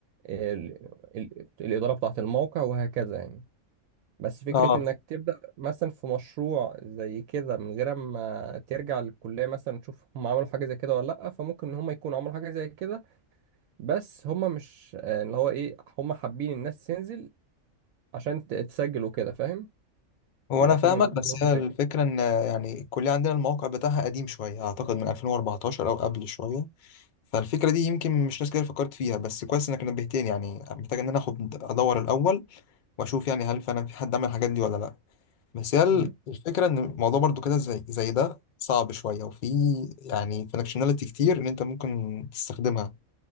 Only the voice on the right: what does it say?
ال- ال- الإدارة بتاعة الموقع وهكذا يعني بس فكرة
انك تبدأ مثلا في مشروع زي كده من غير ما ترجع للكلية مثلا تشوف هم عملوا حاجة زي كده ولا لأ فممكن ان هم يكونوا عملوا حاجة زي كده بس هم مش آه، اللي هو ايه هم حابين الناس تنزل عشان ت- تسجل وكده فاهم
بيبقى
في ما بينهم
مشاكل
مم.